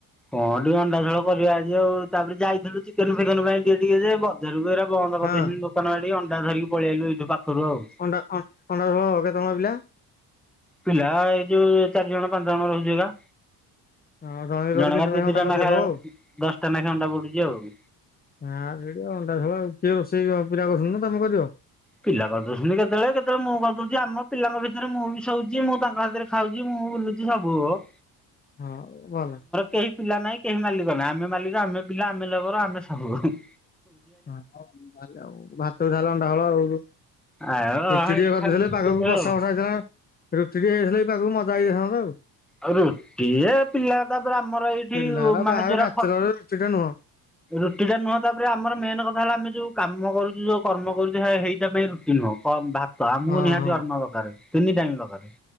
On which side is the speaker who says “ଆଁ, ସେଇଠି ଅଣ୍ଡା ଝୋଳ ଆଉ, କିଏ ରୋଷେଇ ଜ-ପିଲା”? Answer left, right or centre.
Left